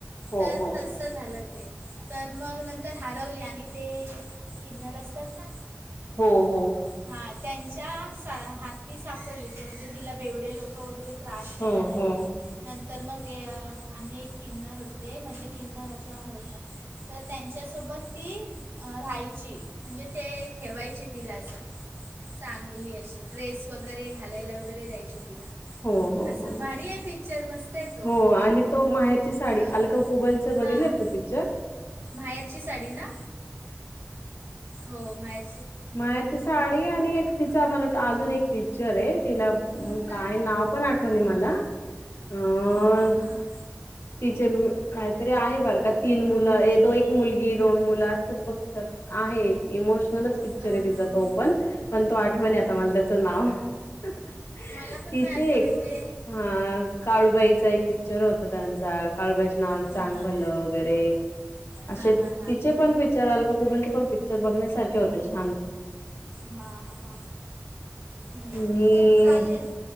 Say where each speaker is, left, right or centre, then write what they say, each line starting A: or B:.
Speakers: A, on the left (about 70°); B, on the right (about 65°).
A: हो
B: तर
A: हो
B: तसं झालं ते तर मग नंतर हरवली आणि ते किन्नर असतात ना?
A: हो हो.
B: हां त्यांच्या सा हाती सापडली ती म्हणजे तिला बेवडे लोकं वगैरे त्रास द्यायला
A: हो
B: लागले.
A: हो हो
B: नंतर मग ये आणि एक किन्नर होते म्हणजे किन्नर अशा होत्या. तर त्यांच्यासोबत ती राहायची म्हणजे ते ठेवायचे तिला असं. चांगली अशी ड्रेस वगैरे घालायला वगैरे द्यायचे तिला.
A: हो हो
B: असं
A: हो
B: भारी आहे पिक्चर मस्त आहे तो
A: हो. आणि तो माहेरची साडी
B: हां
A: अलका कुबल चं बघितलंय
B: हां
A: तू पिक्चर?
B: माहेरची साडी ना? हो माहेर
A: माहेरची साडी आणि एक तिचा मला <unintelligible> अजून एक पिक्चर आहे तिला
B: कुठला
A: काय नाव? पण आठवणी मला अ
B: अं,
A: <unintelligible> काय तर आहे बरं का? तीन मुलं ये दो एक मुलगी दोन मुलं असतात बघतात. आहे एक इमोशनलच पिक्चर
B: अं,
A: आहे तिचा तो पण, पण तो आठवाय नाही आता मला त्याचं नाव. <unintelligible>
B: मला पण नाही आता म्हणजे
A: हां काळूबाईचा एक पिक्चर होता त्यांचा. काळूबाईच्या नावान
B: हां
A: चांग
B: हां
A: भलं वगैरे असे
B: हां हां हां
A: तिचे पण पि... त्यावेळी अलका कुबल चे पण पिक्चर बघण्यासारखे होते छान.
B: हा हा हा हम
A: आणि
B: ते चालेल.